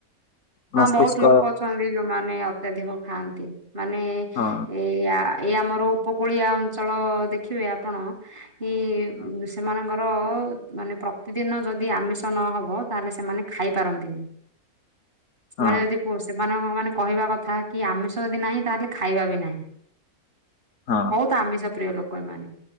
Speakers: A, on the left (about 60°); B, on the right (about 35°).
A: ମସ୍ତିଷ୍କ
B: ହଁ ବହୁତ୍ ଲୋକ ଅଛନ୍ତି। ଯୋଉମାନେ ଅତ୍ୟଧିକ ଖାଆନ୍ତି। ମାନେ
A: ହଁ
B: ଏଇଆ ଏଇ ଆମର ଉପକୂଳିଆ ଅଞ୍ଚଳ ଦେଖିବେ ଆପଣ କି
A: ହଁ
B: ସେମାନଙ୍କର ର ମାନେ ପ୍ରତିଦିନ ଯଦି ଆମିଷ ନହବ ତାହେଲେ ସେମାନେ ଖାଇ ପାରନ୍ତିନି। ସେମାନେ
A: ହଁ
B: ଯଦି କ ସେମାନଙ୍କ ମାନେ କହିବା କଥା କି ଆମିଷ ଯଦି ନାହିଁ ତାହେଲେ ଖାଇବା ବି ନାହିଁ।
A: ହଁ।
B: ତ ଆମିଷ ପ୍ରିୟ ଲୋକ ଏମାନେ।